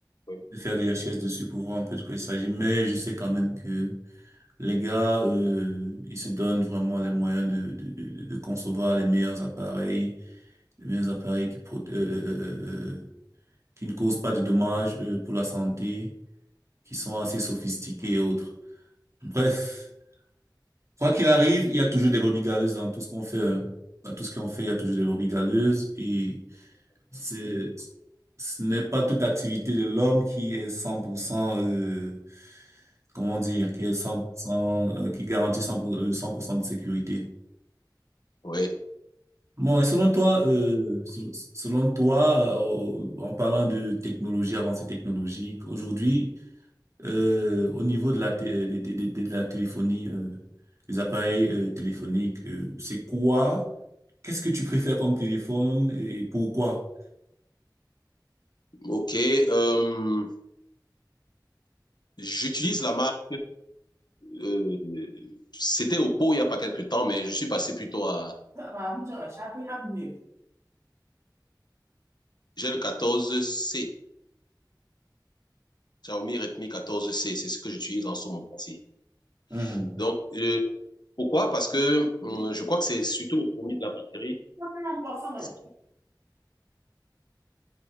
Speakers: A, on the left; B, on the right.
A: Oui.
B: de faire des recherches dessus pour voir un peu de quoi il s'agit. Mais je sais quand même que les gars, euh, ils se donnent vraiment les moyens de, de, de, de concevoir les meilleurs appareils, les meilleurs appareils qui, pro- euh, euh, euh, euh, qui ne causent pas de dommages, euh, pour la santé, qui sont assez sophistiqués et autres. Bref, quoi qu'il arrive, il y a toujours des brebis galeuses dans tout ce qu'on fait. hein. Dans tout ce qu'on fait, il y a toujours des brebis galeuses et C'est, ce n'est pas toute activité de l'homme qui est 100%, euh, comment dire, qui est 100%, euh, qui garantit cent pour- cent euh, 100% de sécurité.
A: Oui.
B: Bon, et selon toi, euh, sel- selon toi, euh, en parlant de technologie, avancée technologique, aujourd'hui, euh, au niveau de la, té- de, de- de- de la téléphonie, euh, des appareils, euh, téléphoniques, euh, c'est quoi? Qu'est-ce que tu préfères comme téléphone et pourquoi?
A: OK. Euh, j'utilise la marque euh, c'était au pot il n'y a pas quelque temps, mais je suis passé plutôt à.
B: Abuja, chacun a mieux.
A: J'ai le 14C, Xiaomi Redmi 14C, c'est ce que j'utilise en ce moment-ci.
B: Mhm.
A: Donc, euh, pourquoi? Parce que
B: Et puis,
A: euh, je crois que c'est surtout l'autonomie de la batterie.
B: ça, c'est important, ouais.
A: C'est